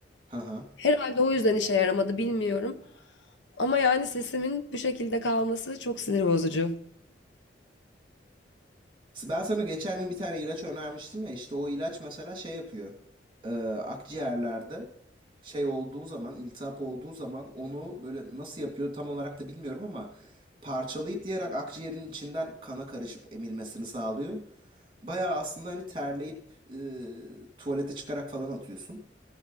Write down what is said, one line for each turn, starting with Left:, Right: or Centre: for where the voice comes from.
Right: Ha ha.
Left: Herhalde o yüzden işe yaramadı bilmiyorum. Ama yani sesimin bu şekilde kalması çok sinir bozucu.
Right: Ben sana geçen gün bir tane ilaç önermiştim ya işte o ilaç mesela şey yapıyor. Ee, akciğerlerde şey olduğu zaman iltihap olduğu zaman onu böyle nasıl yapıyor tam olarak da bilmiyorum ama parçalayıp diyerek akciğerin içinden kana karışıp emilmesini sağlıyor. Baya aslında hani terleyip e, tuvalete çıkarak falan atıyorsun.